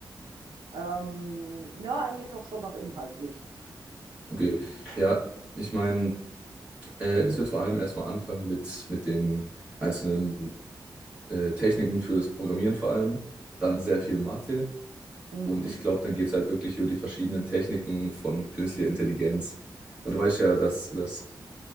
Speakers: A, on the right; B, on the right.
A: ähm, ja, eigentlich auch schon noch inhaltlich.
B: Okay, ja, ich meine, äh, es wird vor allem erstmal anfangen mit, mit den einzelnen äh, Techniken fürs Programmieren vor allem, dann sehr
A: Mhm.
B: viel Mathe
A: Mhm.
B: und ich glaube, dann geht es halt wirklich über die verschiedenen Techniken von künstlicher Intelligenz. Und du weißt ja, dass das